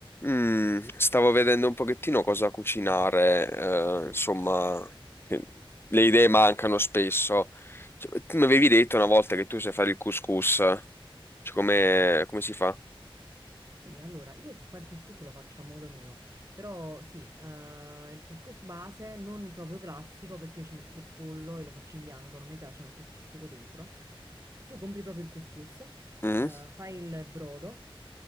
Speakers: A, on the left; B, on the right.
A: Mm, stavo vedendo un pochettino cosa cucinare, eh, insomma, che le idee mancano spesso. Cioè, tu mi avevi detto una volta che tu sai fare il couscous, cioè come, come si fa?
B: Sì, allora io so fare il couscous, lo faccio a modo mio, però sì, eh, il couscous base non proprio classico perché io ci metto il pollo e lo faccio in bianco, non mi piace metterci il sugo dentro. Tu compri proprio il couscous,
A: Mm,
B: eh, fai il brodo,